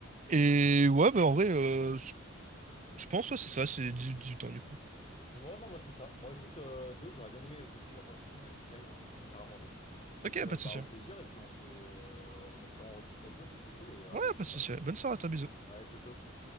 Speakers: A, on the right; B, on the left.
A: Et ouais, bah en vrai, euh, je je pense, ouais, c'est ça, c'est 18 ans du coup.
B: Ouais, non, bah c'est ça. Bon, écoute, euh, Théo, j'aurais bien aimé euh, continuer la conversation, mais il faut que j'y aille, moi, il faut que j'aille me faire à manger. Donc,
A: Ok,
B: euh,
A: pas de
B: bah,
A: souci.
B: au
A: hein.
B: plaisir, et puis on se... euh, en espérant rediscuter avec toi, c'était très cool, et euh,
A: Ouais,
B: à bientôt,
A: pas de
B: quoi.
A: souci. Bonne soirée à toi, bisous.
B: Ouais, ciao, ciao.